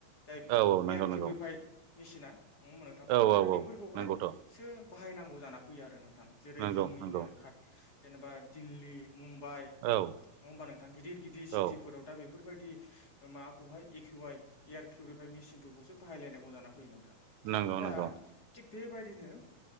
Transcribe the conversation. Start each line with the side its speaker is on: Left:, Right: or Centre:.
Left: जाय
Right: औ औ नंगौ
Left: एयार पिउरिफाय
Right: नंगौ
Left: मेसिना नंङा मोननो थां
Right: औ औ
Left: दा बेफोरखौहायसो
Right: औ नंगौथ'
Left: बाहायनांगौ जाना फैयो आरो नों जेरै
Right: नंगौ
Left: जोंनिनो
Right: नंगौ
Left: खाट जेनेबा दिल्ली मुम्बाइ नङा
Right: औ
Left: होमबा नोंथां गिदिर गिदिर सिटिफोराव
Right: औ
Left: दा बे बेफोरबायदि माबाखौहाय एकिउ आइ एयार पिउरिफाइ मेसिनफोरखौसो बाहायलायनांगौ जा फैयो नों
Right: नंगौ
Left: दा
Right: नंगौ
Left: थिग बेबायदिनो